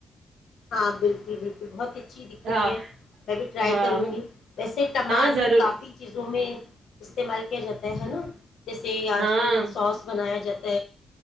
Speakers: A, on the left; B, on the right.
A: ہاں بالکل بالکل بہت ہی اچھی دکھ رہی
B: ہاں
A: ہے میں بھی ٹرائی
B: ہاں
A: کروں گی ویسے ٹماٹر
B: ہاں ضرور
A: کافی چیزوں میں استعمال کیا جاتا ہے نا جیسے
B: ہاں
A: آج کل سوس بنایا جاتا